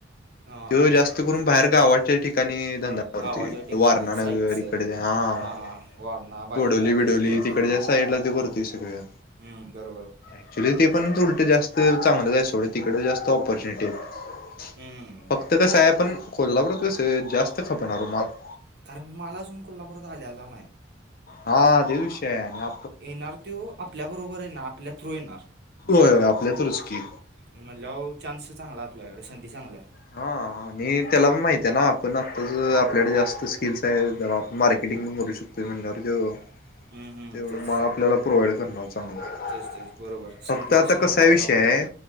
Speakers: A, on the right; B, on the left.
A: हां
B: त्यो जास्त करून बाहेर गावाच्या ठिकाणी. धंदा
A: गावाच्या
B: करतोय.
A: ठिकाणी
B: वारणा
A: साईटचं
B: नगर इकडे हा,
A: हां वारणा बालिंगा
B: कोडोली बिडोली
A: ते हे
B: तिकडच्या
A: ते
B: साईडला त्यो करतोय सगळं.
A: हम्म, बरब
B: ऍक्च्युली ते पण उलटं जास्त चांगलंच हाय सोडं, तिकडं जास्त ऑपॉर्च्युनिटी हायत.
A: हम्म.
B: फक्त कसं हाय पण, कोल्हापूरात कसं जास्त खपणार ओ माल.
A: कारण मला अजून कोल्हापुरात आल्याला नाही.
B: हा त्योज विषय हाय आणि आ
A: येणार त्यो, आपल्याबरोबर येणार आपल्या थ्रू येणार.
B: होय होय आपल्या थ्रूच की.
A: मग म्हणल्याव चान्स चांगलाय आपल्याकडं, संधी चांगलीय.
B: हा, आणि त्याला पण माहितीय ना, आपण आत्ताच आपल्याकडे जास्त स्किल्स हायत जरा मार्के <unintelligible> भरू शकतोय म्हंटल्याव ह्यो
A: हम्म, हम्म,
B: तेवढा
A: तेच
B: माल आपल्याला प्रोव्हाईड चांगलंय.
A: तेच तेच बरोबर
B: फक्त
A: संधीचं
B: आता
A: सोनं
B: कसा
A: करायला
B: विषय
A: पाहिजे
B: हाय